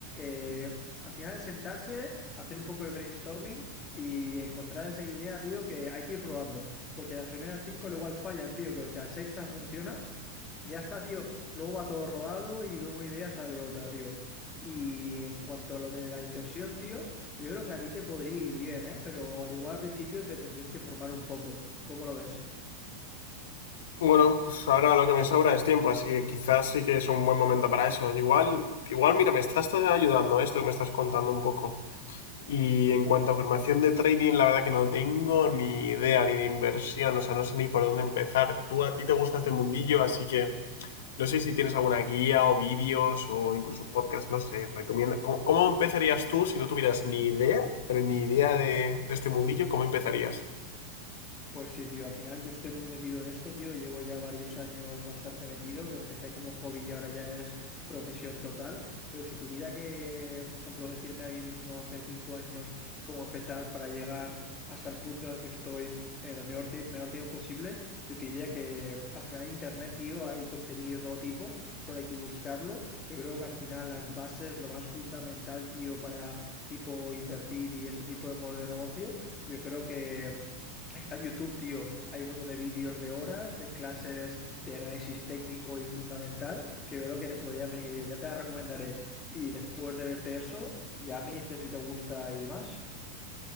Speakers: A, on the left (about 25°); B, on the left (about 55°).
A: Eh, al final es sentarse, hacer un poco de brainstorming y encontrar esa idea, tío, que hay que ir probando. Porque las primeras cinco al igual fallan, tío, pero si la sexta funciona, ya está, tío. Luego va todo rodado y de una idea sale otra, tío. Y en cuanto a lo de la inversión, tío, yo creo que a ti te podría ir bien, ¿eh? Pero al igual al principio te tendrías que formar un poco. ¿Cómo lo ves?
B: Bueno, pues ahora lo que me sobra es tiempo, así que quizás sí que es un buen momento para eso. Igual, igual, mira, me estás ayudando esto que me estás contando un poco. Y en cuanto a formación de trading, la verdad que no tengo ni idea ni de inversión, o sea, no sé ni por dónde empezar. Tú a ti te gusta este mundillo, así que no sé si tienes alguna guía o vídeos o incluso podcast, no sé, recomienda. ¿Cómo, cómo empezarías tú si no tuvieras ni idea, pero ni idea de, de este mundillo? ¿Cómo empezarías?
A: Pues sí, tío, al final yo estoy muy metido en esto, tío. Llevo ya varios años bastante metido. Empecé como hobby y ahora ya es profesión total. Pero si tuviera que, por ejemplo, decirme a mí mismo hace cinco años cómo empezar para llegar hasta el punto en el que estoy en el menor, tie- menor tiempo posible, yo te diría que al final en Internet, tío, hay contenido de todo tipo, solo hay que buscarlo. Yo creo que al final las bases, lo más fundamental, tío, para tipo invertir y ese tipo de modelo de negocio, yo creo que Está en YouTube, tío. Hay un montón de vídeos de horas, de clases de análisis técnico y fundamental, que yo creo que te podrían venir bien. Ya te las recomendaré. Y después de verte eso, ya me dices si te gusta y demás.